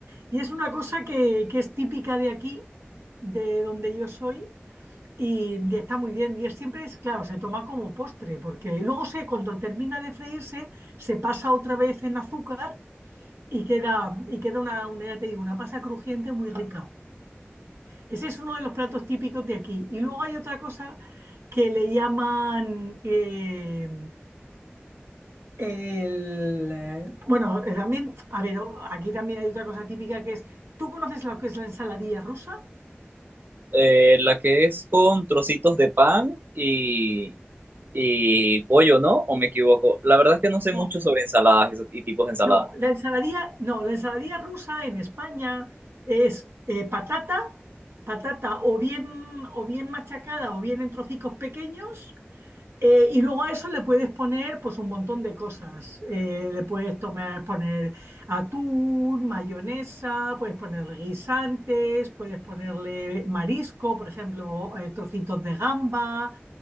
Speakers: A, on the right (about 75°); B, on the right (about 50°).
A: Y es una cosa que, que es típica de aquí, de donde yo soy, y, y está muy bien. Y es, siempre es, claro, se toma como postre, porque luego se, cuando termina de freírse, se pasa otra vez en azúcar y queda, y queda una, una, ya te digo, una masa crujiente muy rica. Ese es uno de los platos típicos de aquí. Y luego hay otra cosa que le llaman eh, el... eh, Bueno, eh, también, a ver, o- aquí también hay otra cosa típica que es, ¿tú conoces lo que es la ensaladilla rusa?
B: Eh, la que es con trocitos de pan y, y pollo, ¿no? ¿O me equivoco? La verdad es que no sé
A: No.
B: mucho sobre ensaladas y, y tipos de ensaladas.
A: No, la ensaladilla, no, la ensaladilla rusa en España es eh, patata, patata o bien, o bien machacada o bien en trocicos pequeños. eh, y luego a eso le puedes poner pues un montón de cosas. Eh, le puedes tomar, poner atún, mayonesa, puedes ponerle guisantes, puedes ponerle marisco, por ejemplo, eh, trocitos de gamba,